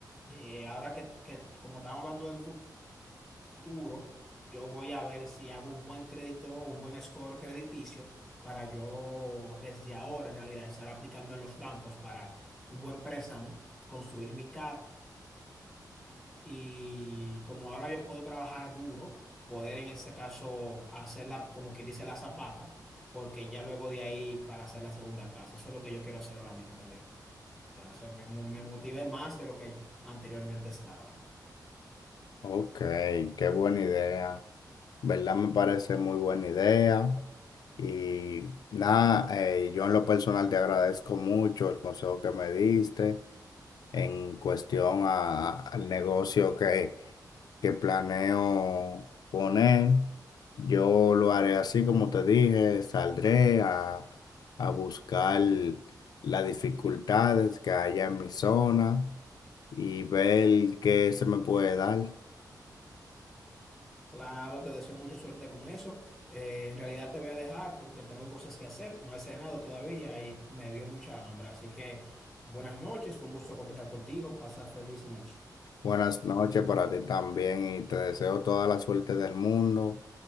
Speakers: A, in the centre; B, on the left (about 65°).
A: eh, ahora que, que como estamos hablando del futuro, futuro, yo voy a ver si hago un buen crédito, un buen score crediticio para yo desde ahora en realidad estar aplicando en los bancos para un buen préstamo, construir mi casa y como ahora yo puedo trabajar duro, poder en ese caso hacerla como quien dice la zapata, porque ya luego de ahí para hacer la segunda casa, eso es lo que yo quiero hacer ahora mismo en realidad. O sea, me, me motivé más de lo que anteriormente estaba.
B: Ok, qué buena idea. ¿verdad? Me parece muy buena idea. Y nada, eh, yo en lo personal te agradezco mucho el consejo que me diste en cuestión a- al negocio que, que planeo poner. Yo lo haré así como te dije, saldré a, a buscar las dificultades que haya en mi zona y ver qué se me puede dar.
A: Claro, te deseo mucha suerte con eso. Eh, en realidad te voy a dejar porque tengo cosas que hacer. No he cenado todavía y me dio mucha hambre. Así que buenas noches, fue un gusto conversar contigo. Pasa feliz noche.
B: Buenas noches para ti también y te deseo toda la suerte del mundo